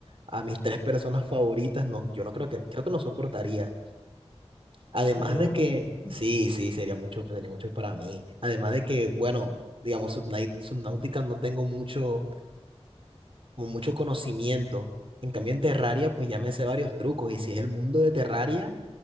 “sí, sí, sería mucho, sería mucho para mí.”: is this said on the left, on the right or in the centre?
Right